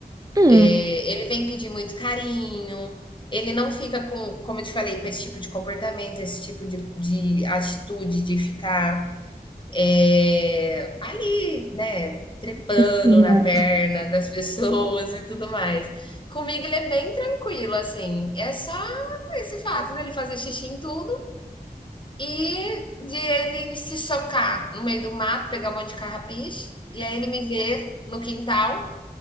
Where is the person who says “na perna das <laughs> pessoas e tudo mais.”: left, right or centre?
Left